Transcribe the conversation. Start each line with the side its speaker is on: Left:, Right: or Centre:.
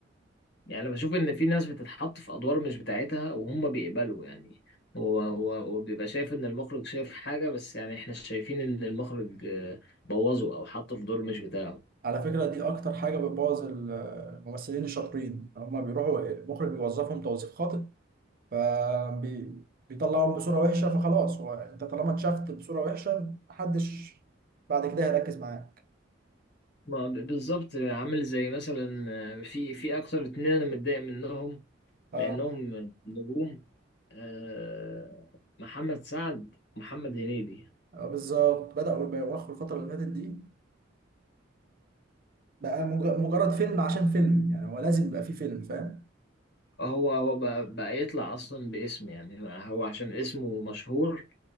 Left: يعني بشوف ان في ناس بتتحط في ادوار مش بتاعتها وهم بيقبلوا يعني هو هو هو بيبقى شايف ان المخرج شايف حاجه بس يعني احنا شايفين ان المخرج آه، بوظه او حطه في دور مش بتاعه
Right: على فكره دي اكتر حاجه بتبوظ الممثلين الشاطرين هما بيروحوا المخرج بيوظفهم توظيف خاطئ فبيطلعهم بصوره وحشه فخلاص هو انت طالما اتشافت بصوره وحشه محدش بعد كده هيركز معاك
Left: ما ب- بالظبط عامل زي مثلا آه، في في اكتر اتنين انا متضايق منهم
Right: اه
Left: لأنهم نجوم آه، محمد سعد محمد هنيدي
Right: آه، بالظبط بدأوا يبوخوا الفتره اللي فاتت دي بقى مج- مجرد فيلم عشان فيلم يعني هو لازم يبقى فيه فيلم فاهم
Left: هو هو بقى, بقى يطلع أصلا باسم يعني هو عشان اسمه مشهور